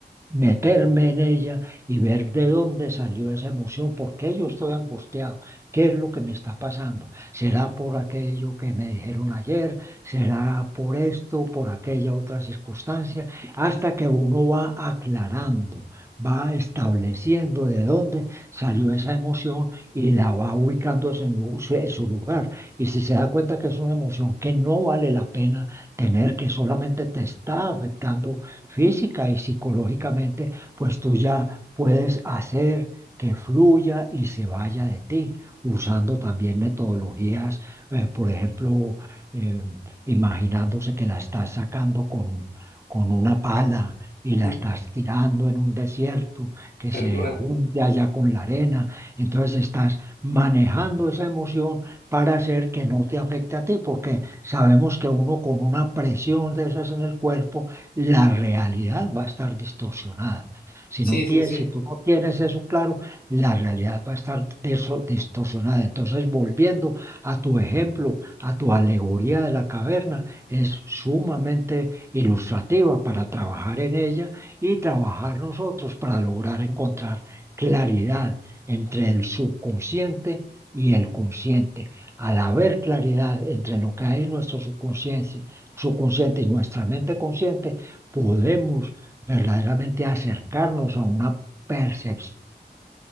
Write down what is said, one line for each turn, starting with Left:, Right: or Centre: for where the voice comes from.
Right: meterme en ella y ver de dónde salió esa emoción, por qué yo estoy angustiado, qué es lo que me está pasando. ¿Será por aquello que me dijeron ayer? ¿Será por esto, por aquella otra circunstancia? Hasta que uno va aclarando, va estableciendo de dónde salió esa emoción y la va ubicando en lu- su en su lugar. Y si se da cuenta que es una emoción que no vale la pena tener, que solamente te está afectando física y psicológicamente, pues tú ya puedes hacer que fluya y se vaya de ti, usando también metodologías, eh, por ejemplo, eh, imaginándose que la estás sacando con, con una pala y la
Left: Ujú.
Right: estás tirando en un desierto que
Left: tal
Right: se
Left: cual.
Right: junte allá con la arena. Entonces estás manejando esa emoción para hacer que no te afecte a ti, porque sabemos que uno con una presión de esas en el cuerpo, la realidad va a estar distorsionada. Si,
Left: Sí,
Right: no tienes,
Left: sí, sí.
Right: si tú no tienes eso claro, la realidad va a estar diso- distorsionada. Entonces, volviendo a tu ejemplo, a tu alegoría de la caverna, es sumamente ilustrativa para trabajar en ella y trabajar nosotros para lograr encontrar claridad entre el subconsciente y el consciente. Al haber claridad entre lo que hay en nuestro subconsciente, subconsciente y nuestra mente consciente, podemos verdaderamente acercarnos a una percepción